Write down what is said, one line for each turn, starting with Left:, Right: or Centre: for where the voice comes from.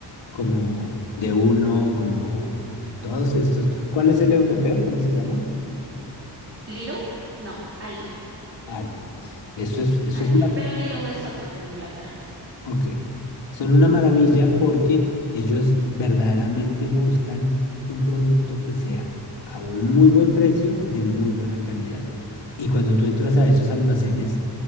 Left: como de uno, como todos estos. ¿Cuál es el europeo? ¿Cómo se llama?
Right: Lidl, no, Aldi,
Left: Aldi. Eso es, eso
Right: Aldi.
Left: es una
Right: Pero Lidl es otro en Inglaterra, sí.
Left: Ok, son una maravilla porque ellos verdaderamente buscan un producto que sea a un muy buen precio, de muy buena calidad. Y cuando tú entras a esos almacenes,